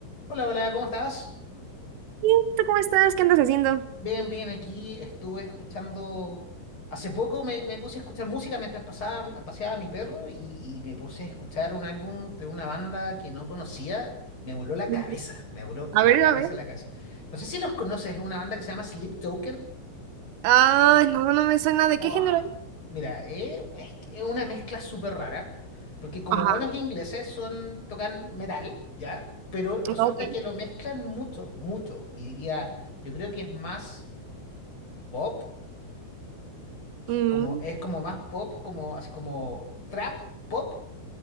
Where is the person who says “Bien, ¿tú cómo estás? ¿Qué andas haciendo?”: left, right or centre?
Right